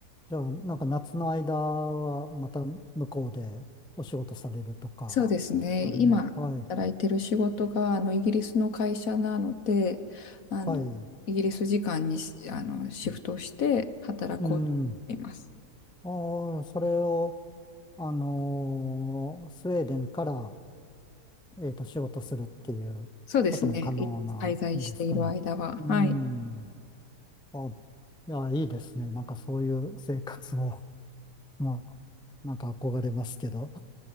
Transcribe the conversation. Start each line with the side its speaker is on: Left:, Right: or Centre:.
Centre: じゃあ、なんか夏の間はまた向こうでお仕事されるとか、
Left: そうですね。
Centre: あるね。
Left: 今働いてる仕事があのイギリスの会社なので、
Centre: はい。
Left: あのイギリス時間にしあのシフトして働こうと思っています。
Centre: はい。うん。ああ、それを、あのースウェーデンから、えっと、仕事するっていうことも可能なんですかね。
Left: そうですね。い滞在している間は。
Centre: うん。
Left: はい。
Centre: あ、いや、いいですね。なんかそういう生活を、<laughs> まあ、なんか憧れますけど、